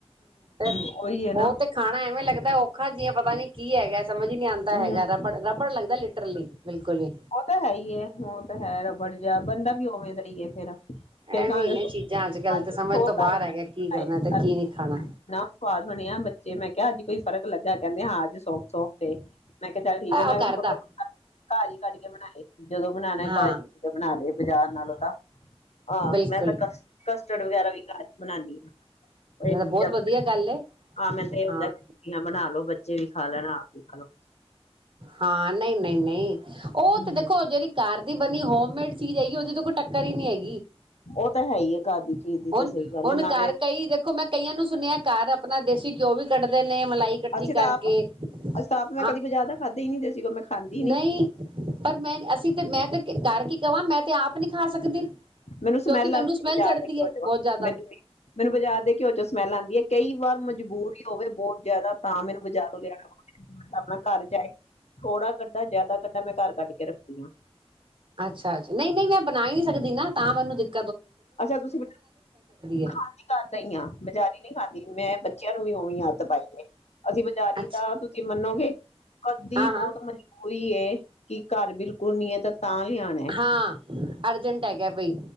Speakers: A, on the right; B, on the left.
A: ਤੇ
B: ਉਹੀ ਹੈ ਨਾ
A: ਉਹ ਤੇ ਖਾਣਾ ਐਵੇਂ ਲੱਗਦਾ ਔਖਾ ਜਿ ਪਤਾ ਨੀ ਕੀ ਹੈਗਾ ਸਮਝ ਹੀ ਨੀ ਆਉਂਦਾ
B: ਹਮ
A: ਹੈਗਾ ਰਬੜ ਰਬੜ ਲੱਗਦਾ ਲ ਬਿਲਕੁਲ ਹੀ
B: ਉਹ ਤਾਂ ਹੈ ਹੀ ਹੈਲਪ <unintelligible> ਜਾ ਬੰਦਾ ਵੀ ਉਵੇਂ ਦਾ ਏ ਇਹ ਫਿਰ ਅ ਫੇਰ
A: ਐਵੇਂ
B: ਕਹਾਂਗੇ
A: ਨੇ
B: ਅੱਜ <unintelligible>
A: ਚੀਜ਼ਾਂ ਅੱਜ ਕੱਲ ਤੇ ਸਮਝ ਤੋਂ ਬਾਹਰ
B: ਘਰ
A: ਹੈਗਾ ਕੀ
B: ਬਣਾਏ
A: ਕਰਨਾ ਤੇ ਕੀ ਨਹੀਂ ਖਾਣਾ
B: ਐਨਾ ਸਵਾਦ ਬਣਿਆ ਬੱਚੇ ਮੈਂ ਕਿਹਾ ਅੱਜ ਕੋਈ ਫਰਕ ਲੱਗਾ, ਕਹਿੰਦੇ ਹ ਅਜ ਸੋਫਟ ਏ, ਮੈਂ ਕਿਹਾ ਚੱਲ ਠੀਕ ਹੈ ਮੈਂ
A: ਉਹ ਕਰਦਾ
B: ਕਿਹਾ ਬਾਰੀਕ ਕਟ ਕੇ ਬਣਾਏ ਜਦੋਂ ਬਣਾਉਣਾ
A: ਹਾਂ
B: ਏ ਘਰ ਜਾ ਕੇ ਬਣਾ ਲਏ ਬਜ਼ਾਰ ਨਾਲੋਂ ਤਾਂ ਹਾਂ
A: ਬਿਲਕੁਲ
B: ਮੈਂ ਤਾਂ ਕ ਕਸਟਰਡ ਵਗੈਰਾ ਵੀ ਘਰ ਹੀ ਬਣਅ ਉਹਣਾੀ ਹਾ
A: ਬਹੁਤ
B: ਚੀਜ਼ਾਂ
A: ਵਧੀਆ ਗੱਲ ਹੈ
B: ਆਾਂ, ਮੈਨ ਤਾਂ ਇਹ
A: ਹਾਂ
B: ਹੁੰਦਾ ਸਬਜੀਆਂ ਬਣਾ ਲੋੋ ਬੱਚੇ ਬੱਚੇ ਵੀ ਖਾ ਲੈਣਾ ਆਪ ਵੀ ਖਾ ਲੋ
A: ਹਾਂ ਨਹੀਂ ਨਹੀਂ ਨਹੀਂ
B: ਹਾਂ
A: ਉਹ ਤੇ ਦੇਖੋ ਜਿਹੜੀ ਕਾਰ ਦੀ ਬਣੀ ਹੋਮੇਡ ਚੀਜ਼ ਹੈਗੀ ਉਹਦੀ ਤੋਂ ਕੋਈ ਟੱਕਰ ਨ ਨਹੀਂ ਹੈਗੀ
B: ਉਹ ਤਾਂ ਹੈ ਹੀ ਘਰ ਦੀ ਚੀਜ਼ ਦੀ
A: ਹੁਣ
B: ਤਾਂ ਸਹੀ ਗੱਲ
A: ਹੁਣ
B: ਹੈ ਨਾਲੇ
A: ਘਰ ਕਈ ਦੇਖੋ ਮੈਂ ਕਈਆਂ ਨੂੰ ਸੁਣਿਆ ਘਰ ਆਪਣਾ ਦੇਸੀ ਘਿਓ ਵੀ ਕੱਢਦੇ ਨੇ ਮਲਾਈ ਇਕੱਠੀ
B: ਅਸੀਂ ਤਾਂ
A: ਕਰਕੇ
B: ਆਪ ਅਸੀਂ ਤਾਂ ਆਪ ਮੈਂ
A: ਹਾਂ
B: ਕਦੀ ਬਾਜ਼ਾਰ ਦਾ ਖਾਧਾ ਹੀ ਨੀ ਦੇਸੀ ਘਿਓ ਮੈਂ ਖਾਂਦੀ ਹੀ ਨੀ
A: ਨਹੀਂ ਪਰ ਮੈਂ ਅਸੀਂ ਤੇ ਮੈਂ ਤਾਂ ਘਰ ਕੀ ਕਾਂ ਮੈਂ ਤੇ ਆਪ ਨੀ ਖਾ ਸਕਦੀ
B: ਮੈਨੂੰ
A: ਕਿਉਂਕਿ
B: ਸਮੈਲ
A: ਮੈਨੂੰ
B: ਆਉਂਦੀ
A: ਸਮੈਲ
B: ਹੈ ਬਜਾਰ
A: ਚੜ੍ਹਦੀ
B: ਦੇ ਘਿਉਓ
A: ਹੈ
B: ਚੋ
A: ਬਹੁਤ ਜ਼ਿਆਦਾ
B: ਮੈਨੂੰ ਮੈਨੂੰ ਬਜਾ ਦੇ ਘਿਓ ਚੋ ਸਮੈਲ ਆਉਂਦੀ ਹੈ ਕਈ ਵਾਰ ਮਜਬੂਰੀ ਹੋਵੇ ਬਹੁਤ ਜਿਆਦਾ ਤਾਂ ਮੈਨੂੰ ਬਾਜ਼ਾਰੋਂ ਲਿਆਣਾ ਪੈਣਾ ਆਪਣਾ ਘਰ ਜਾਏ ਥੋੜਾ ਕੱਢਾ ਜਿਆਦਾ ਕੱਢਾ ਮੈਂ ਘਰ ਕੱਢ ਕੇ ਰੱਖਦੀ ਹਾਂ
A: ਅੱਛਾ ਅੱਛਾ ਨਹੀਂ ਨਹੀਂ ਮੈਂ ਬਣਾਈ ਨਹੀਂ ਸਕਦੀ ਨਾ ਤਾਂ ਮੈਨੂੰ ਦੇਖ
B: ਅੱਛਾ ਤੁਸੀਂ
A: ਹੈ
B: ਖਾਂਦੀ ਘਰ ਦਾ ਹੀ ਆ ਬਜ਼ਾਰੀ ਨਹੀਂੀ ਖਾਂਦੀ ਮੈਂ ਬੱਚਿਆਂ ਨੂੰ ਵੀ ਉਵੇਂ ਹੀ ਆਫਟਰ ਪਾਈ ਏ ਅਸੀਂ ਬਜ਼ਾਰੀ
A: ਅੱਛਾ
B: ਤਾਂ ਤੁਸੀਂ ਮੰਨੋ ਗੇ ਕੱਦੀ
A: ਹਾਂ
B: ਬਹੁਤ
A: ਹਾਂ
B: ਮਜਬੂਰੀ ਏ ਕਿ ਘਰ ਬਿਲਕੁਲ ਨੀ ਐ ਤਾਂ ਤਾਂ ਲਿਆਣਾ
A: ਹਾਂ ਅਰਜੈਂਟ ਹੈਗਾ ਬਈ